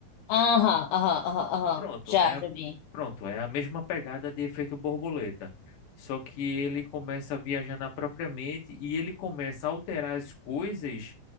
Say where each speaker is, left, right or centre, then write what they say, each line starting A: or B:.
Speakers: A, on the left; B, on the left.
A: Aham, aham, aham, aham.
B: Pronto,
A: Já,
B: é a,
A: já vi.
B: pronto, é a mesma pegada de efeito borboleta. Só que ele começa a viajar na própria mente e ele começa a alterar as coisas